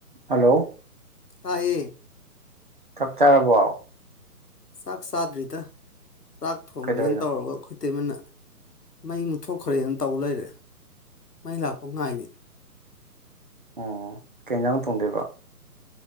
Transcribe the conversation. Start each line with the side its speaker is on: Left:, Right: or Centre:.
Right: Hello
Left: ꯇꯥꯏꯌꯦ
Right: ꯆꯥꯛ ꯆꯥꯔꯕꯣ꯫
Left: ꯆꯥꯛ ꯆꯥꯗ꯭ꯔꯤꯗ ꯆꯥꯛ ꯊꯣꯡꯒꯦꯅ
Right: ꯀꯩꯗꯧꯔꯤꯅꯣ
Left: ꯇꯧꯔꯒ ꯈꯨꯠ꯫ ꯑꯠꯇꯦꯃꯅ ꯃꯩ ꯃꯨꯠꯊꯣꯛꯈ꯭ꯔꯦꯅ ꯇꯧꯕ ꯂꯩꯔꯦ ꯃꯩ ꯂꯥꯛꯄ ꯉꯥꯏꯔꯤ
Right: ꯑꯣꯝ ꯀꯦꯟꯟꯁꯥꯡ ꯇꯣꯡꯗꯦꯕ